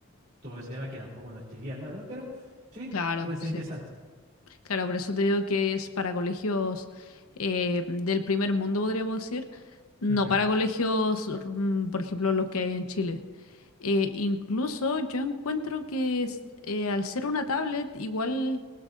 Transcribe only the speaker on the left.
Claro,
sí.
Claro, por eso te digo que es para colegios eh, del primer mundo, podríamos decir. No
para colegios, mm, por ejemplo, los que hay en Chile. Eh, incluso yo encuentro que es- eh, al ser una tablet, igual